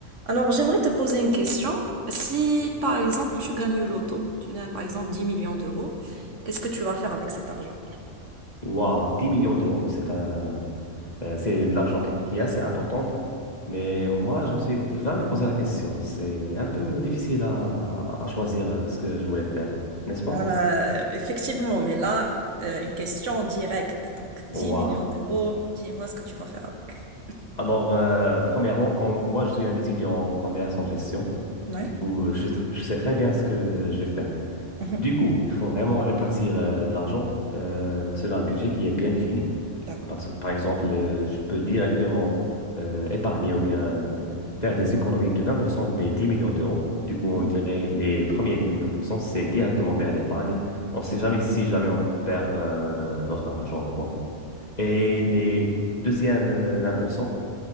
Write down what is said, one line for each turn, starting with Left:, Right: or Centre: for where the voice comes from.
Right: Alors, j'aimerais te poser une question. Si, par exemple, tu gagnes au loto, tu gagnes, par exemple, 10 millions d'euros, qu'est-ce que tu vas faire avec cet argent?
Left: Waouh, 10 millions d'euros, c'est un, euh, c'est de l'argent qui qui est assez importante. Mais moi, je me suis jamais posé la question. C'est un peu difficile à, à choisir euh, ce que je voulais faire, n'est-ce pas?
Right: Euh, effectivement, mais là, euh, une question directe. Donc, 10
Left: Waouh.
Right: millions d'euros, dis-moi ce que tu vas faire avec.
Left: Alors, euh, premièrement, quand, moi, je suis un étudiant en commerce en gestion.
Right: Oui.
Left: Du coup, euh, je, sais tr- je sais très bien ce que je vais faire.
Right: Mhm.
Left: Du coup, il faut vraiment répartir euh, de l'argent euh, selon un budget qui est bien défini.
Right: <laughs> D'accord.
Left: Parce, par exemple, euh, je peux directement euh, épargner ou bien faire des économies de 20% des 10 millions d'euros. Du coup,
Right: Mhm.
Left: on dirait les premiers 10 millions pour cent, c'est directement vers l'épargne. On ne sait jamais si jamais on perd euh, notre argent ou quoi. Et les deuxièmes euh, 20%,